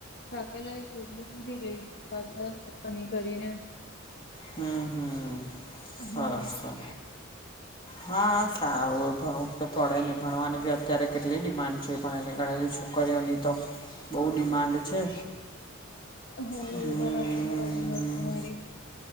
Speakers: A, on the left; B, on the left.
A: થાકેલા સું એટલે ઊંખી જઈશું પાછળ કામ ઈ કરીને.
B: હમ્મ, હમ્મ સરસ
A: હા
B: સર હા સારું હોય ભણવું તો પડે ને ભણવાની બી અત્યારે કેટલી ડિમાન્ડ છે. ભણેલી ગણેલી છોકરીઓની તો બહુ ડિમાન્ડ છે.
A: હો,
B: હમ
A: બરાબર બરાબર મેન તમારી